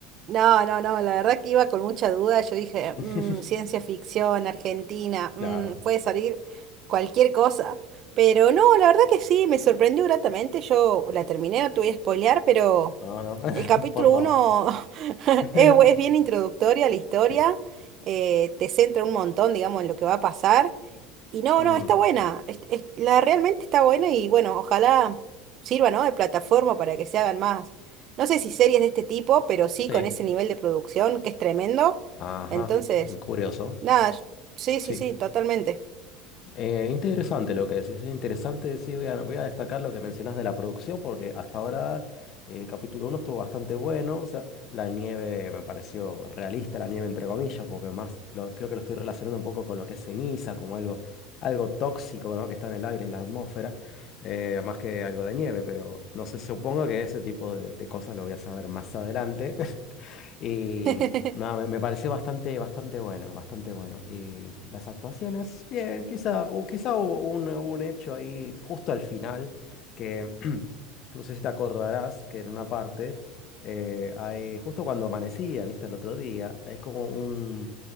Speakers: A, on the right; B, on the left.
A: No, no, no, la verdad que iba con mucha duda. Yo dije,
B: <laughs>
A: "Mm, ciencia ficción, Argentina, mm,
B: Claro.
A: puede salir cualquier cosa. Pero no, la verdad que sí, me sorprendió gratamente. Yo la terminé, no te voy a spoilear, pero...
B: No, no,
A: El capítulo
B: <laughs> por favor.
A: uno <laughs> es,
B: <laughs>
A: bu- es bien introductoria a la historia,
B: Sí.
A: eh, te centra un montón, digamos, en lo que va a pasar. Y no,
B: Ujú,
A: no, está buena, es- es- la realmente está buena y bueno, ojalá sirva, ¿no? De plataforma para que se hagan más. No sé si series de este tipo, pero sí
B: Sí.
A: con ese nivel de producción que es tremendo.
B: Ajá.
A: Entonces,
B: Curioso.
A: nada, sí,
B: Sí.
A: sí, sí, totalmente.
B: Eh, interesante lo que decís. Es interesante. Sí, voy a, voy a destacar lo que mencionas de la producción, porque hasta ahora eh, capítulo uno estuvo bastante bueno. O sea, la nieve me pareció realista, la nieve entre comillas, porque más lo- creo que lo estoy relacionando un poco con lo que es ceniza, como algo, algo tóxico, ¿no? que está en el aire, en la atmósfera. eh, más que algo de nieve, pero no sé, supongo que ese tipo de, de cosas lo voy a saber más adelante. <laughs> Y
A: <laughs>
B: nada, me, me pareció bastante, bastante bueno, bastante bueno. Y las actuaciones, bien, quizá, o quizá hubo un, un hecho ahí justo al final que no sé si te acordarás que en una parte, eh, hay, justo cuando amanecía, viste, el otro día, hay como un,